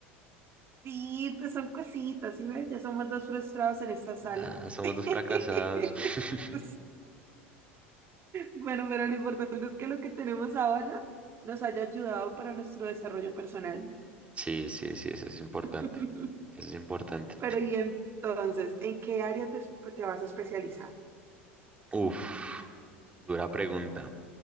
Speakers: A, on the right; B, on the right.
A: Sí, pues son cositas, ¿sí ves? Ya somos dos frustrados en esta sala.
B: Ah, somos
A: <laughs>
B: dos fracasados. <laughs>
A: Bueno, pero lo importante es que lo que tenemos ahora nos haya ayudado para nuestro desarrollo personal.
B: Sí, sí, sí, eso es importante.
A: <laughs>
B: Eso es importante.
A: Pero y entonces, ¿en qué área te, te vas a especializar?
B: Uf, dura pregunta.